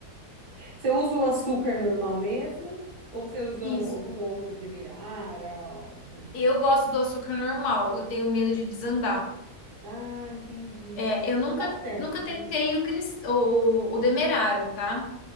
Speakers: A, on the right; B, on the left.
A: Você usa o açúcar normal mesmo? Ou você usa
B: Isso.
A: um- algum outro demerara, ó, enfim?
B: Eu gosto do açúcar normal, eu tenho medo de desandar.
A: Ah, entendi.
B: É,
A: Porque às vezes
B: eu nunca,
A: tá certo,
B: nunca tentei
A: né?
B: o, cris- o, o demerara, tá?